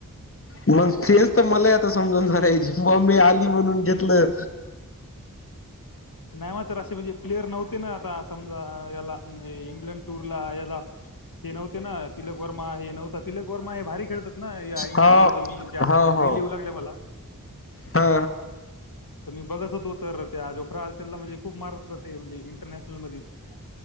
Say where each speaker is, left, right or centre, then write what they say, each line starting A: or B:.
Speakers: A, on the left; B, on the left.
A: मंग तेचं तरं मलांही आंता समजूंन जायची झिबॉम्बे आलीं. म्हणूंन घेतलं
B: नाहीं मं तरं म्हणजे प्लेयर नां आंता समजां यांला म्हणजे इंग्लंड टूंरला यांला हे नव्हते नां तिलक वर्मा हे नव्हतां तिलक वर्मा हे भारी खेळतांत. नां यां इंग्लंड
A: हा
B: विरुद्धं मीजे असं
A: हो
B: रिली
A: हो
B: येऊं लागलं मलां
A: हा
B: तरं मी बघतं होतो. तरं त्यांजो.. अडचंला म्हणजे खूंप मारतं जाते. म्हणजे इंटरनॅशनल मधेचं